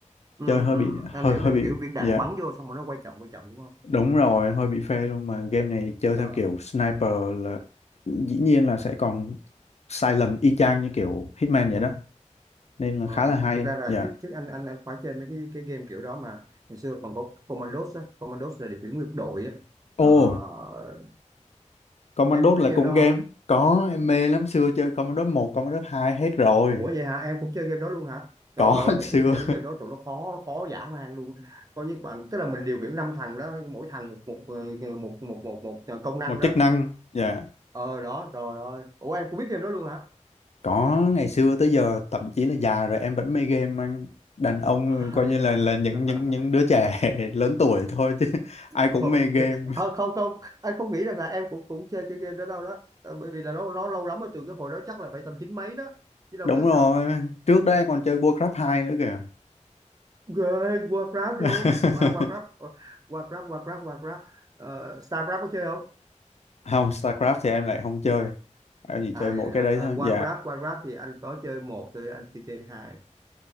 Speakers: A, on the right (about 30°); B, on the left (about 60°).
A: Ừ.
B: chơi hơi
A: Ừ.
B: bị hơi
A: Anh hiểu,
B: hơi
A: hiểu
B: bị
A: kiểu viên đạn
B: dạ
A: bắn vô xong rồi nó quay chậm quay chậm đúng không?
B: Đúng rồi, hơi bị phê luôn mà game này chơi
A: Ờ.
B: theo kiểu sniper là dĩ nhiên là sẽ còn silent y chang như kiểu Hitman vậy đó nên là
A: Ờ,
B: khá là hay.
A: thực ra là
B: Dạ.
A: trước trước anh anh anh khoái chơi mấy cái cái game kiểu đó mà ngày xưa còn có Commandos á, Commandos là điều khiển nguyên đội á.
B: Ồ,
A: Ờ,
B: Commandos
A: em có biết
B: là
A: kêu
B: cũng
A: đó
B: game
A: không?
B: có em mê lắm xưa chơi Commandos 1, Commandos hai hết rồi.
A: Ủa vậy hả? Em cũng chơi game đó luôn hả?
B: Có
A: Trời ơi, ngày
B: <laughs> xưa
A: xưa chơi cái game đó trời nó khó khó dã man luôn. Có những bạn tức là mình điều khiển năm thằng đó, mỗi thằng một một ờ, một một một, một, ờ, công năng
B: một
A: đó.
B: chức năng dạ.
A: Ờ đó, trời ơi. Ủa em cũng biết game đó luôn hả?
B: Có ngày xưa tới giờ thậm chí là già rồi em vẫn mê game anh. Đàn ông
A: <laughs>
B: coi như
A: vậy
B: là
A: hả?
B: là những
A: <laughs>
B: những những đứa trẻ <laughs> lớn tuổi thôi chứ ai cũng
A: Ok.
B: mê game.
A: Ờ, không không, anh không nghĩ rằng là em cũng cũng chơi cái game đó đâu đó. Ờ, bởi vì là nó nó lâu lắm rồi từ cái hồi đó chắc là phải tầm chín mấy đó, chứ đâu
B: Đúng
A: có ít
B: rồi,
A: đâu.
B: trước đây còn chơi Warcraft hai nữa kìa.
A: Ghê, Warcraft
B: <laughs>
A: luôn. À, Warcraft, ờ, Warcraft, Warcraft, Warcraft. Ờ, StarCraft có chơi không?
B: Không, StarCraft thì em lại không chơi. Em chỉ
A: À,
B: chơi mỗi
A: vậy hả?
B: cái đấy
A: à,
B: thôi.
A: qua
B: Dạ,
A: Grab qua Grab thì anh có chơi một chơi anh chưa chơi hai